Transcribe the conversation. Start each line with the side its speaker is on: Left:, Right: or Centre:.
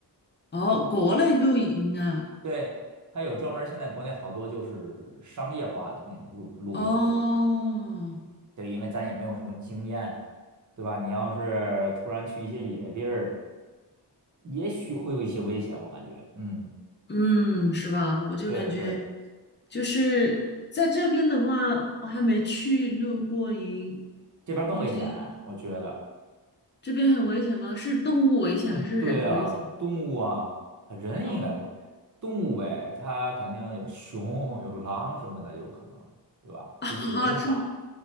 Left: 哦，国内露营啊，
Right: 对，它有专门儿现在国内好多就是商业化的那种露露营场地，
Left: 哦，
Right: 对，因为咱也没有什么经验，对吧？你要是突然去一些野地儿，也许会有一些危险，我感觉，嗯，
Left: 嗯，是吧？我就感觉。
Right: 对对。
Left: 就是在这边的话，我还没去露过营，
Right: 这边更危险，
Left: 感觉
Right: 我觉得。
Left: 这边很危险吗？是动物危险还是人危险？
Right: 嗯，对啊，动物啊，啊人应该不，
Left: 哦，
Right: 动物呗，它肯定有熊、有狼什么的，有可能，对吧？
Left: <laughs> 啊，
Right: 毕竟人少。
Left: 这么